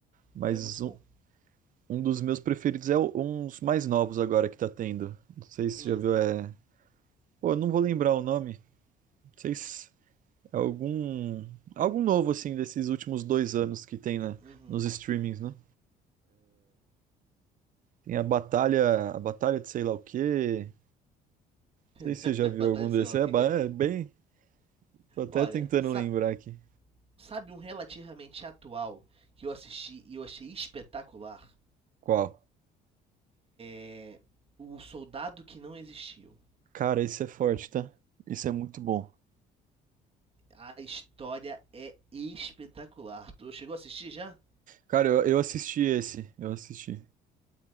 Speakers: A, on the right; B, on the right.
A: Mas
B: É muito
A: um,
B: bom.
A: um dos meus preferidos é o- uns mais novos agora que tá tendo. Não sei se
B: Hum.
A: você já viu, é. Pô, eu não vou lembrar o nome. Não sei se é algum. Algum novo, assim, desses últimos dois anos que tem na,
B: Uhum.
A: nos streamings, né? Tem a Batalha. A Batalha de sei lá o quê. Não sei se
B: <laughs>
A: você já viu
B: Batalha
A: algum
B: de
A: desses.
B: sei lá o
A: É,
B: quê?
A: ba- é bem. Tô até
B: Olha,
A: tentando
B: sabe,
A: lembrar aqui.
B: sabe um relativamente atual que eu assisti e eu achei espetacular?
A: Qual?
B: É O Soldado que Não Existiu.
A: Cara, esse é forte, tá? Isso é muito bom.
B: A história é espetacular. Tu chegou a assistir já?
A: Cara, eu, eu assisti esse, eu assisti.